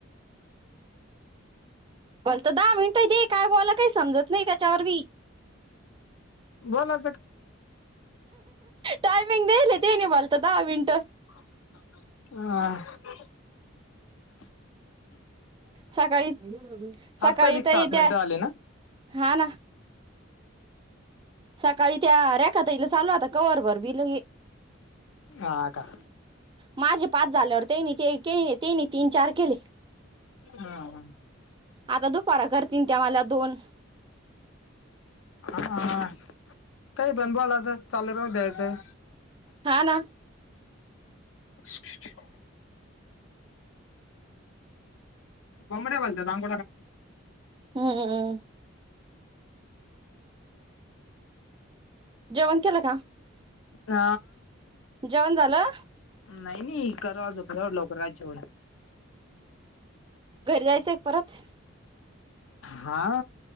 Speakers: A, on the right; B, on the left.
A: बल तर दहा मिनटं दे काय बोला काही समजत नाही त्याच्यावर बी
B: बोला
A: टायमिंग दल तेणी मला तर दहा मिनिटे
B: ह <unintelligible>
A: सकाळी सकाळी
B: आत्ताच एक
A: तर
B: सात
A: इ तेे
B: मिनिटं आले ना
A: हा ना सकाळी त्या रेखता इला चालू आता कववरभर भिल
B: आ का
A: माझे पाच झाल्यावर त्यांनी ते तेनी तीन चार केले
B: हा ह
A: आता दुपारा करतील त्या मला दोन
B: हा काही बनबलाच चालेल द्यायचंय
A: हा ना
B: अच कोमड बोलतात
A: हम्मम् जेवन चे का
B: ह
A: जेवण झालं
B: नाही नाही करजोव लवकरात जेवण
A: घरी जायचं एक परत
B: हा